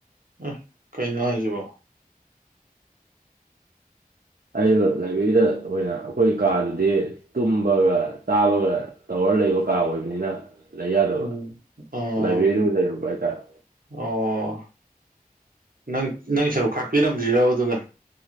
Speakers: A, on the right; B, on the right.
A: ꯎꯝ ꯀꯩꯅꯣ ꯍꯥꯏꯁꯤꯕꯣ
B: ꯑꯩꯅ ꯂꯥꯏꯕ꯭ꯔꯦꯔꯤꯗ ꯑꯣꯏꯅ ꯑꯩꯈꯣꯏ ꯀꯥꯗꯨꯗꯤ ꯇꯨꯝꯕꯒ ꯆꯥꯕꯒ ꯇꯧꯔ ꯂꯩꯕ ꯀꯥ ꯑꯣꯏꯕꯅꯤꯅ ꯂꯩ ꯌꯥꯗꯕ
A: ꯎꯝ ꯑꯣ
B: ꯂꯥꯏꯕ꯭ꯔꯦꯔꯤꯗꯨ ꯑꯣꯏꯅ ꯂꯩꯔꯨꯝꯕ ꯍꯥꯏꯇꯥꯔꯦ
A: ꯑꯣ ꯅꯪ ꯅꯪ ꯁꯔꯨꯛ ꯈꯥꯛꯄꯤꯔꯝꯗ꯭ꯔꯤꯔꯕ ꯑꯗꯨꯒ